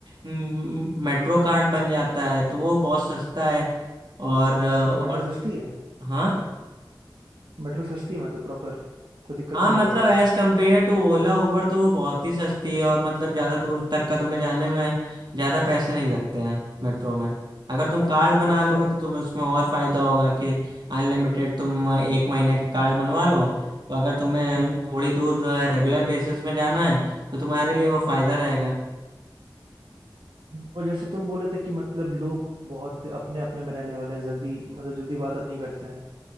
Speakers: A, on the right; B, on the right.
A: मेट्रो कार्ड बन जाता है तो वो बहुत सस्ता है और अ, और
B: अच्छा मेट्रो
A: तुम
B: सस्ती है
A: हाँ
B: मेट्रो सस्ती है मतलब प्रॉपर कोई दिक्कत
A: हाँ
B: नहीं
A: मतलब
B: होगी ज़्यादा
A: as compare to Ola Uber तो वो बहुत ही सस्ती है और मतलब ज़्यादा दूर तक का तुम्हें जाने में ज़्यादा पैसे नहीं लगते हैं मेट्रो में अगर तुम कार्ड बना
B: अच्छा
A: लोगे तो तुम उसमें और फायदा होगा कि अनलिमिटेड तुम एक महीने का कार्ड बनवा लो तो अगर तुम्हें
B: हम्म हम्म,
A: थोड़ी
B: हम्म,
A: दूर रेगुलर बेसिस में जाना है तो तुम्हारे लिए वो फायदा
B: हम्म, हम्म।
A: रहेगा
B: हम्म, और जैसे तुम बोले थे कि मतलब लोग बहुत अपने अपने में रहने वाले हैं जल्दी मतलब जल्दी बात नहीं करते हैं